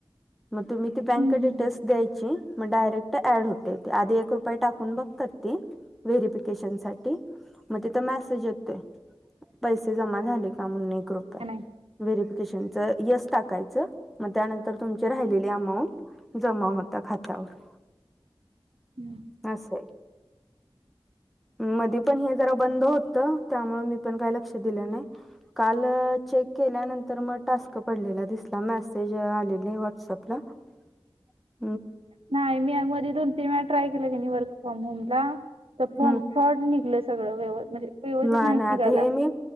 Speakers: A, in the centre; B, on the right.
A: मग तुम्ही ती बँक
B: हम्म, हम्म,
A: डिटेल्स
B: हम्म.
A: द्यायची मग डायरेक्टड ‌ॲड होतंय ते आधी एक रुपया टाक कून बघतात ती व्हेरिफिकेशन साठी. मग तिथ मेसेज येतोय. पैसे जमा झाले का म्हणून एक रुपया
B: काय नाही
A: व्हेरीफिकेशन च यस टाकायचं मग त्यानंतर तुमचे राहिलेले अमाऊंट जमा होतं खात्यावर. <inaudible>
B: हम्.
A: अस आहे. <inaudible> मध्ये पण हे जरा बंद होत त्यामुळे मी पण काही लक्ष दिलं नाही काल चेक केल्यानंतर मग टास्क पडलेला दिसला मेसेज आलेले व्हॉटसअपला. <inaudible>
B: नाही मी अगं मध्ये दोन तीन वेळा ट्राय केलं त्यांनी वर्क फ्रॉम होम ला फॉम
A: हम्म
B: फ्रॉड निघलं सगळं व्यव म्हणजे. व्यवस्थित
A: नाही
B: नाहीच
A: नाही आता
B: निघायला
A: हे मी